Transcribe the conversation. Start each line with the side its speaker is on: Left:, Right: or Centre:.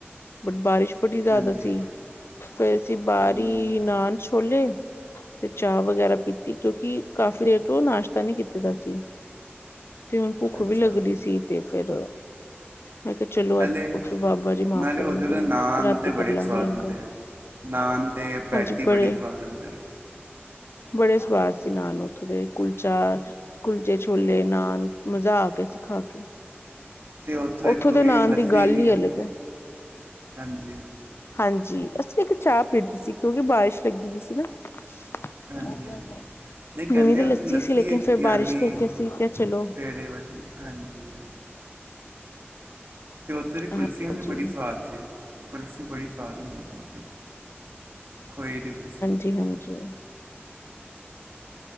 Left: ਬਟ ਬਾਰਿਸ਼ ਬੜੀ ਜ਼ਿਆਦਾ
Right: ਹਾਂਜੀ
Left: ਸੀ।
Right: ਹਾਂਜੀ
Left: ਫੇਰ ਅਸੀ ਬਾਹਰੀ
Right: ਹਮ,
Left: ਨਾਨ ਛੋਲੇ ਤੇ ਚਾਹ ਵਗੈਰਾ ਪੀਤੀ ਕਿਉਕਿ ਕਾਫ਼ੀ ਦੇਰ ਤੋ ਨਾਸ਼ਤਾ ਨਹੀ ਕੀਤਾ ਦਾ ਸੀ। ਤੇ ਹੁਣ ਭੁੱਖ
Right: ਅੱਛਾ
Left: ਵੀ ਲੱਗਦੀ ਸੀ ਤੇ ਫਿਰ ਮੈਂ ਕਿਹਾ ਚਲੋ ਅਜ
Right: ਹਲੇ
Left: ਫ ਬਾਬਾ ਜੀ ਮਾਫ਼
Right: ਨਾਲੇ
Left: ਕਰਨਗੇ
Right: ਉੱਥੇ ਦੇ
Left: ਹੁਣ
Right: ਨਾਨ
Left: ਰਾਤੀ
Right: ਤੇ
Left: ਕਰ
Right: ਬੜੇ
Left: ਲਵਾਂਗੇ
Right: ਸਵਾਦ
Left: ਲੰਗਰ
Right: ਹੁੰਦੇ ਹੈ। ਨਾਨ ਤੇ ਪੈਟੀ
Left: ਹਾਂਜੀ
Right: ਬੜੀ
Left: ਬੜੇ
Right: ਸਵਾਦ ਉੱਥੇ
Left: ਬੜੇ ਸਵਾਦ ਸੀ ਨਾਨ ਉਥੋ ਦੇ ਕੁਲਚਾ, ਕੁਲਚੇ ਛੋਲੇ ਨਾਨ ਮਜ਼ਾ ਆ ਗਿਆ ਸੀ ਖਾ ਕੇ
Right: ਤੇ ਇੱਕ
Left: ਉੱਥੋਂ
Right: ਉਹ
Left: ਦੇ
Right: ਵੀ
Left: ਨਾਮ
Right: ਲੱਸੀ
Left: ਦੀ ਗੱਲ
Right: ਵੀ
Left: ਹੀ ਅਲੱਗ ਐ।
Right: ਹਾਂਜੀ।
Left: ਹਾਂਜੀ, ਅਸੀਂ ਇੱਕ ਚਾਹ ਪੀਤੀ ਸੀ, ਕਿਉਂਕਿ ਬਾਰਿਸ਼ ਲੱਗੀ ਬੀ ਸੀ ਨਾ। ਅ
Right: ਹਾਂਜੀ ਹਾਂਜੀ।
Left: <inaudible> <inaudible>
Right: ਨਹੀਂ
Left: ਪੀਣੀ
Right: ਕਹਿੰਦੇ
Left: ਤਾਂ
Right: ਆ
Left: ਲੱਸੀ
Right: ਉੱਥੇ
Left: ਸੀ, ਲੇਕਿਨ
Right: ਇੱਕ
Left: ਫੇਰ
Right: ਗਿਆਨੀ
Left: ਬਾਰਿਸ਼ ਕਰਕੇ ਅਸੀ ਕਿਹਾ ਚਲੋਂ
Right: ਪੇੜੇ ਵਾਲੀ ਹਾਂਜੀ ਹਾਂ ਤੇ ਉੱਥੋਂ ਦੀ
Left: ਹਾਂਜੀ।
Right: ਕੁਲਫੀਆਂ ਵੀ ਬੜੀ ਸਵਾਦ ਸੀ, ਕੁਲਫੀ ਬੜੀ ਸਵਾਦ ਹੁੰਦੀ ਬਹੁਤ, ਖੋਏ ਦੀ ਕੁਲਫ਼ੀ।
Left: ਜੀ, ਹਾਂਜੀ।